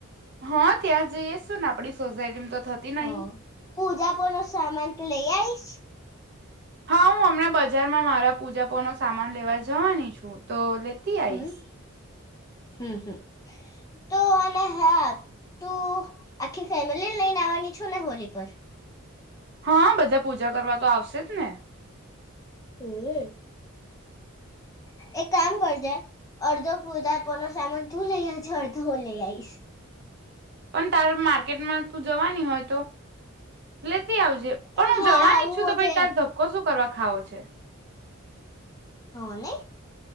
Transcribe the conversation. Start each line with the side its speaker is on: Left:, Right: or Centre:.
Right: હા ત્યાં જઈએ શું ને આપડી સોસાયટીમાં તો થતી નહી.
Left: હ પૂજા પડ સા ટ લઈ આઈશ
Right: હા હું અમણા બજારમાં મારા પૂજાપ નો સામાન લેવા જવાની છું તો લેતી
Left: હમ.
Right: આઈશ
Left: હમ હમ તો અને હા તું આખી ફેમિલી લઈને આવવાની છુ ને હોલી પર
Right: હા બધા પૂજા કરવા તો આવશે જ ને.
Left: હમ એક કામ કરજે અર્ધો પધા પનો સામાન તું લઈ છે અર્ધ હો લઈ આઈશ.
Right: પણ તારે માર્કેટમાં તું જવાની હોય તો લેતી લેતી આવજે પણ હું
Left: હા
Right: જવા ઈચ્
Left: હું
Right: છું
Left: આજે
Right: તો તાર ધક્કો શું કરવા ખાવો છે.
Left: હો ને.